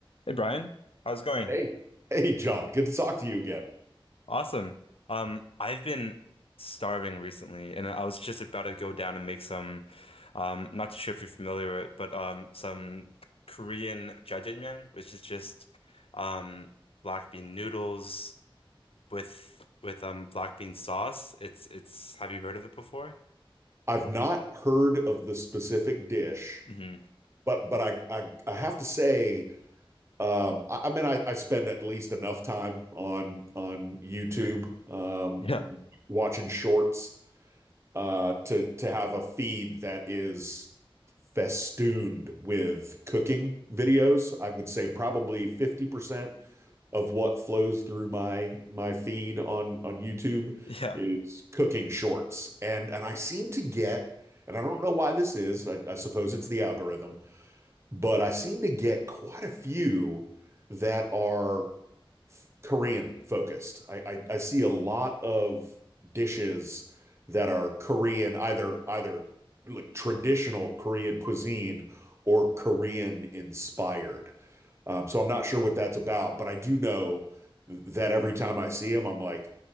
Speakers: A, on the left; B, on the right.
A: Hey Brian, how's it going?
B: Hey, hey, John. Good to talk to you again.
A: Awesome. Um, I've been starving recently, and I was just about to go down and make some. Um, not too sure if you're familiar with it, but um, some Korean jjajangmyeon, which is just um black bean noodles with with um black bean sauce. It's it's. Have you heard of it before?
B: I've not heard of the specific dish,
A: hmm
B: but but I I, I have to say Um, I, I mean, I, I spend at least enough time on on YouTube, um,
A: Yeah.
B: watching shorts, uh, to to have a feed that is festooned with cooking videos. I would say probably 50% of what flows through my my feed on on YouTube
A: Yeah.
B: is cooking shorts. And and I seem to get, and I don't know why this is, I, I suppose it's the algorithm, but I seem to get quite a few that are Korean focused. I, I I see a lot of dishes that are Korean, either either like traditional Korean cuisine or Korean inspired. Um, so I'm not sure what that's about, but I do know that every time I see them, I'm like,